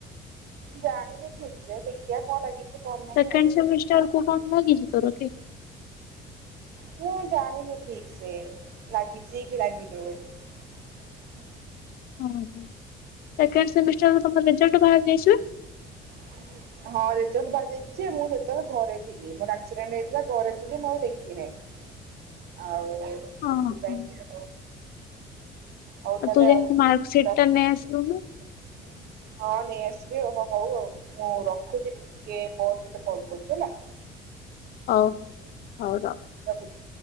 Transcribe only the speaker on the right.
ଜାଣିନି ଠିକ ସେ ଦେଖିବା କଣ ଲାଗିଛି କଣ ନାହିଁ
ଆଉ
ମୁଁ ଜାଣିନି ଠିକ ସେ ଲାଗିଛି କି ଲାଗିନି ବୋଲି। ହୁଁ।
<inaudible> ହଁ ରେଜଲ୍ଟ ବାହରିଯାଇଛି ଯେ ମୁଁ ସେତେବେଳେ ଘରେ ଥିଲି ମୋର ଆକ୍ସିଡେଣ୍ଟ ହେଇଥିଲା ଘରେ ଥିଲି ମୁଁ ଆଉ ଦେଖିନାହିଁ। ଆଉ
ସେଥିପାଇଁ
କି ଆଉ ହଉ ତାହେଲେ
ରଖ
<inaudible> ହଁ ନେଇଆସିବି ହଁ ହଉ ଆଉ ମୁଁ ରଖୁଛି ଟିକେ ପରେ ତୋତେ କଲ କରୁଛି ହେଲା।
ରଖୁଛି।